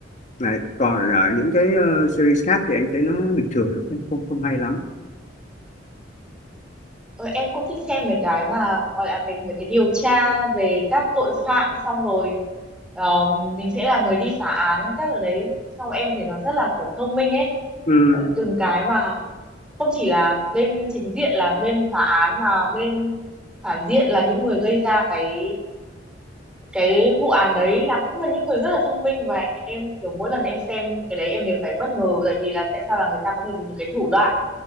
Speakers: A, on the left; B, in the centre.
A: Đấy. Còn ờ, những cái ờ, series khác thì anh thấy nó bình thường, nó không không, không hay lắm.
B: Ờ, em cũng thích xem mấy cái mà gọi là cái mấy cái điều tra về các tội phạm xong rồi ờ, mình sẽ là người đi phá án các ở đấy xong rồi em thấy nó rất là kiểu thông minh ấy
A: Ừ,
B: Ờ, từng cái mà không chỉ là bên chính diện là bên phá án mà bên phản diện là những người gây ra cái cái vụ án đấy là cũng là những người rất là thông minh và em kiểu mỗi lần em xem cái đấy em đều phải bất ngờ tại vì là tại sao là người ta có thể dùng những cái thủ đoạn